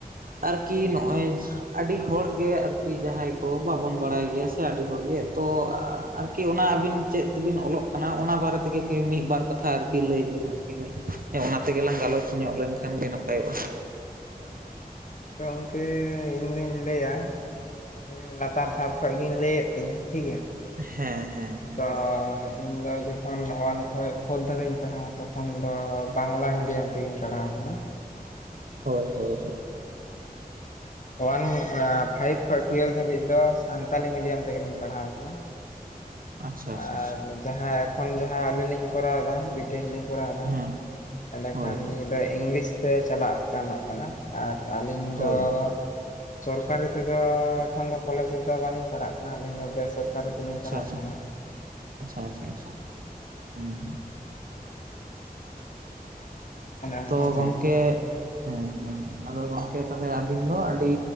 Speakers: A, on the right; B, on the left.
A: ᱟᱨᱠᱤ ᱱᱚᱜᱼᱚᱭ ᱟᱹᱰᱤ ᱦᱚᱲᱜᱮ ᱟᱨᱠᱤ ᱡᱟᱦᱟᱸᱭ ᱠᱚ ᱵᱟᱵᱚᱱ ᱵᱟᱲᱟᱭ ᱜᱮᱭᱟ ᱛᱚ ᱟᱹᱰᱤ ᱦᱚᱲᱜᱮ ᱛᱚ ᱟᱨᱠᱤ ᱚᱱᱟ ᱟᱹᱵᱤᱱ ᱪᱮᱫ ᱛᱮᱵᱤᱱ ᱚᱞᱚᱜ ᱠᱟᱱᱟ ᱚᱱᱟ ᱵᱟᱨᱮ ᱛᱮᱜᱮ ᱢᱤᱫ ᱵᱟᱨ ᱠᱟᱛᱷᱟ ᱠᱤ ᱞᱟᱹᱭ ᱵᱤᱱ ᱟᱨᱠᱤᱮ <inaudible> ᱦᱮᱸ ᱚᱱᱟ ᱛᱮᱜᱮᱞᱟᱝ ᱜᱟᱞᱚᱪ ᱧᱚᱜ ᱞᱮᱱᱠᱷᱟᱱ ᱜᱮ ᱱᱟᱯᱟᱭᱚᱜᱼᱟ᱾
B: <inaudible> ᱛᱚ ᱜᱚᱝᱠᱮ ᱤᱧᱫᱩᱧ ᱞᱟᱹᱭᱟ ᱩᱸ ᱞᱟᱛᱟᱨ ᱫᱷᱟᱯ ᱠᱷᱚᱡ ᱜᱤᱧ ᱞᱟᱹᱭᱮᱫ ᱛᱤᱧᱟᱹ ᱴᱷᱤᱠᱜᱮᱭᱟ᱾
A: ᱦᱮᱸ᱾ ᱦᱮᱸ ᱦᱮᱸ
B: ᱛᱚᱭ ᱤᱧ ᱫᱚ ᱡᱚᱠᱷᱚᱱ ᱚᱣᱟᱱ ᱠᱷᱚᱱ ᱯᱷᱳᱨ ᱫᱷᱟᱹᱵᱤᱡ ᱤᱧ ᱯᱟᱲᱦᱟᱜᱣᱟ ᱛᱚᱠᱷᱚᱱ ᱫᱚ ᱵᱟᱝᱞᱟ ᱢᱤᱰᱤᱭᱟᱢ ᱛᱮᱜᱮᱧ ᱯᱟᱲᱦᱟᱣ ᱠᱟᱱᱟ,
A: ᱦᱳᱭ ᱦᱳᱭ᱾
B: ᱳᱣᱟᱱ ᱯᱷᱟᱭᱤᱵᱽ ᱠᱷᱚᱡ ᱴᱩᱭᱮᱞ ᱫᱷᱟᱹᱵᱤᱡ ᱫᱚ ᱥᱟᱱᱛᱟᱞᱤ ᱢᱤᱰᱤᱭᱟᱢ ᱛᱮᱜᱮᱞᱤᱧ ᱯᱟᱲᱦᱟᱣ ᱠᱟᱱᱟ᱾
A: ᱟᱪᱪᱷᱟ ᱟᱪᱪᱷᱟ
B: ᱟᱨ
A: ᱟᱪᱪᱷᱟ
B: ᱡᱟᱦᱟᱸ ᱮᱠᱷᱚᱱ ᱡᱟᱦᱟᱸ ᱟᱹᱞᱤᱧ ᱞᱤᱧ ᱠᱚᱨᱟᱣ ᱫᱟ ᱵᱤ ᱴᱮᱠᱞᱤᱧ ᱠᱚᱨᱟᱣ ᱫᱟ
A: ᱦᱮᱸ
B: ᱮᱸᱰᱮᱠᱷᱟᱱ
A: ᱦᱳᱭ ᱦᱳᱭ
B: ᱱᱤᱭᱟᱹ ᱫᱚ ᱤᱝᱞᱤᱥ ᱛᱮ ᱪᱟᱞᱟᱜ ᱜᱟᱱᱚᱜ ᱠᱟᱱᱟ ᱾ ᱟᱨ ᱟᱹᱞᱤᱧ
A: ᱦᱳᱭ
B: ᱫᱚ ᱥᱚᱨᱠᱟᱨᱤ ᱛᱮᱫᱚ ᱮᱠᱷᱚᱱ ᱫᱚ ᱠᱚᱞᱮᱡᱽ ᱨᱮᱫᱚ ᱵᱟᱹᱞᱤᱧ ᱯᱟᱲᱦᱟᱜ ᱠᱟᱱᱟ, ᱟᱹᱞᱤᱧ ᱫᱚ ᱵᱮ ᱥᱚᱨᱠᱟᱨᱤ ᱛᱮᱞᱤᱧ
A: ᱟᱪᱪᱷᱟ
B: ᱯᱟᱲᱦᱟᱜ
A: ᱟᱪᱪᱷᱟ
B: ᱠᱟᱱᱟ ᱾
A: ᱟᱪᱪᱷᱟ ᱟᱪᱪᱷᱟ ᱟᱪᱪᱷᱟ ᱦᱩᱸ ᱦᱩᱸ᱾
B: ᱚᱱᱮ ᱚᱱᱠᱟ
A: ᱛᱚ
B: ᱦᱩᱭᱩᱜ
A: ᱜᱚᱢᱠᱮ
B: ᱠᱟᱱᱟ
A: ᱦᱮᱸ ᱦᱮᱸ ᱟᱫᱚ ᱜᱚᱢᱠᱮ ᱛᱟᱦᱚᱞᱮ ᱟᱹᱵᱤᱱ ᱫᱚ ᱟᱹᱰᱤ